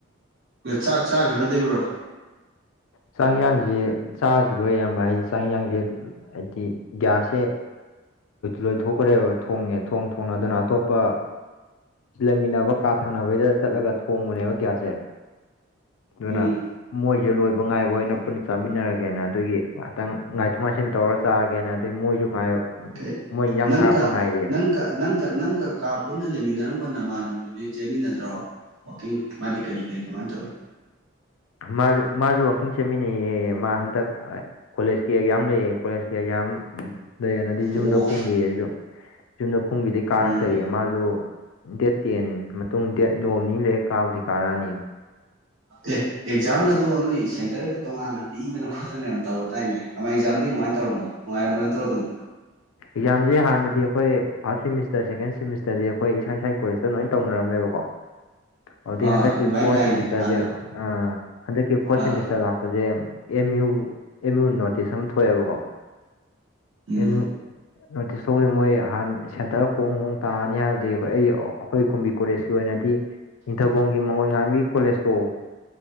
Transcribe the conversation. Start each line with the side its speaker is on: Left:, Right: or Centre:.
Right: ꯆꯥꯛ ꯆꯥꯈꯤꯔꯣꯏꯗꯕꯤꯔꯣ
Left: ꯆꯥꯡꯌꯥꯡꯁꯦ ꯆꯥꯈꯤꯔꯣꯏ ꯑꯌꯥꯝꯕ ꯍꯥꯏꯗꯤ ꯆꯥꯡꯌꯥꯡꯁꯦ ꯍꯥꯏꯗꯤ ꯒꯌꯥꯁꯦ ꯂꯣꯏꯊꯣꯛꯈ꯭ꯔꯦꯕ ꯊꯣꯡꯉꯦ ꯊꯣꯡ ꯊꯣꯡꯅ ꯑꯗꯨꯅ ꯑꯇꯣꯞꯄ ꯂꯩꯃꯤꯟꯅꯕ ꯀꯥ ꯊꯪꯅꯕꯩꯗ ꯆꯠꯂꯒ ꯊꯣꯡꯕꯅꯦꯕ ꯒꯤꯌꯥꯁꯁꯦ ꯑꯗꯨꯅ
Right: ꯎꯝ
Left: ꯃꯣꯏꯒꯤꯗ ꯂꯣꯏꯕ ꯉꯥꯏꯕꯑꯣꯏꯅ ꯄꯨꯟꯅ ꯆꯥꯃꯤꯟꯅꯔꯒꯦꯅ ꯑꯗꯨꯒꯤ ꯉꯍꯥꯛꯇꯪ ꯉꯥꯏꯊꯣꯛ ꯉꯥꯏꯁꯤꯟ ꯇꯧꯔ ꯆꯥꯒꯦꯅ ꯑꯗꯨꯏ ꯃꯣꯏꯁꯨ ꯉꯥꯏ
Right: ꯀꯩ
Left: ꯃꯣꯏ ꯏꯟꯁꯥꯡ
Right: ꯅꯪꯒ
Left: ꯊꯥꯔꯛꯄ ꯉꯥꯏꯔꯤꯌꯦ
Right: ꯅꯪꯒ ꯅꯪꯒ ꯅꯪꯒ ꯀꯥ ꯄꯨꯟꯅ ꯂꯩꯃꯤꯟꯅꯔꯝꯕ ꯅꯃꯥꯟꯅꯕꯗꯨꯗꯤ ꯆꯦꯟꯃꯤꯟꯅꯗ꯭ꯔꯣ ꯋꯥꯛꯀꯤꯡ ꯃꯥꯗꯤ ꯀꯔꯤ ꯀꯔꯤ ꯀꯃꯥꯏꯟ ꯇꯧꯋꯤ
Left: ꯃꯥꯁꯨ ꯃꯥꯁꯨ ꯋꯥꯛꯀꯤꯡ ꯆꯦꯟꯃꯤꯟꯅꯩꯌꯦ ꯃꯥ ꯍꯟꯗꯛ ꯀꯣꯂꯦꯖꯀꯤ ꯑꯦꯛꯖꯥꯝ ꯂꯩꯌꯦ ꯀꯣꯂꯦꯖꯀꯤ ꯑꯦꯛꯖꯥꯝ ꯂꯩꯌꯦꯅꯗꯤ ꯌꯨꯝꯗ
Right: ꯑꯣ
Left: ꯀꯨꯝꯒꯤꯌꯦ ꯑꯩꯖꯨ <unintelligible> ꯀꯨꯝꯒꯤꯗꯩ ꯀꯥꯔꯛꯇꯔꯤ
Right: ꯎꯝ
Left: ꯃꯥꯁꯨ ꯗꯦꯠ ꯇꯦꯟ ꯃꯇꯨꯡ ꯗꯦꯠ ꯅꯣꯡꯃꯅꯤ ꯂꯩꯔ ꯀꯥꯕꯨꯗꯤ ꯀꯥꯔꯛꯑꯅꯤ
Right: ꯑꯦ ꯑꯦꯛꯖꯥꯝꯒ ꯑꯗꫭ ꯅꯣꯏ ꯁꯦꯟꯇꯔꯒ ꯇꯣꯉꯥꯟꯅ ꯄꯤꯗꯅ ꯈꯣꯠꯇꯅ ꯌꯥꯝ ꯇꯧꯔꯨꯗꯥꯥꯏꯅꯦ ꯀꯃꯥꯏꯅ ꯑꯦꯛꯖꯥꯝꯗꯤ ꯀꯃꯥꯏꯅ ꯇꯧꯔꯝꯕ ꯅꯨꯡꯉꯥꯏꯝꯕ ꯅꯠꯇ꯭ꯔꯣ ꯑꯗꯨꯝ
Left: ꯑꯦꯛꯖꯥꯝꯁꯦ ꯍꯥꯟꯅꯗꯤ ꯑꯩꯈꯣꯏ ꯐꯥꯔꯁꯠ ꯁꯦꯃꯤꯁꯇꯔ ꯁꯦꯀꯦꯟ ꯁꯤꯃꯤꯁ ꯇꯗꯤ ꯑꯩꯈꯣꯏ ꯏꯁꯥ ꯏꯁꯥ ꯀꯣꯂꯁꯇ ꯂꯣꯏꯅ ꯇꯧꯅꯔꯝꯃꯦꯕꯀꯣ ꯑꯗꯨꯗꯤ
Right: ꯑꯥ
Left: ꯍꯟꯗꯛꯀꯤ
Right: ꯑꯗꯨꯃꯥꯏꯅ
Left: ꯐꯣꯔ
Right: ꯇꯥꯏꯅꯦ
Left: ꯁꯦꯃꯤꯁꯇꯔꯁꯦ
Right: ꯍꯥꯟꯅ
Left: ꯍꯟꯗꯛꯀꯤ ꯐꯣꯔ
Right: ꯑꯥ
Left: ꯁꯦꯃꯤꯁꯇꯔ ꯂꯥꯛꯄꯁꯦ M U M U notice ꯑꯃ ꯊꯣꯛꯑꯦꯕꯀꯣ
Right: ꯎꯝ
Left: ꯑꯦꯝ ꯌꯨ ꯅꯣꯇꯤꯁ ꯊꯣꯛꯄꯩ ꯃꯣꯏ ꯍꯥꯟ ꯁꯦꯟꯇꯔ ꯍꯣꯡ ꯍꯣꯡ ꯇꯥꯔꯅꯤ ꯍꯥꯏꯕꯗꯤ ꯑꯩꯈꯣꯏ ꯑꯩ ꯑꯩꯈꯣꯏ ꯀꯨꯝꯕꯤ ꯀꯣꯂꯦꯖꯀꯤ ꯑꯣꯏꯅꯗꯤ ꯅꯤꯡꯊꯧꯈꯣꯡꯒꯤ ꯃꯉꯣꯟ ꯉꯥꯟꯕꯤ ꯀꯣꯂꯦꯖꯇꯣ